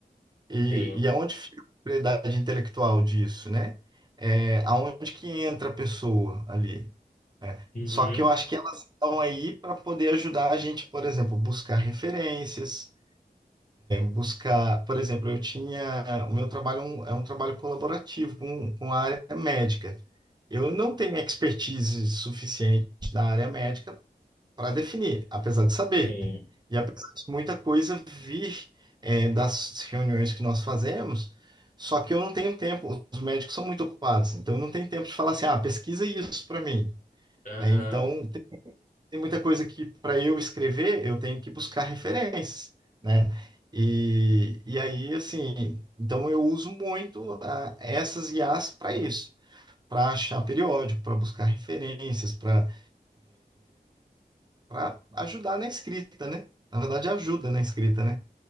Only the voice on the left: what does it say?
sim.
Uhum,
sim.
Uhum.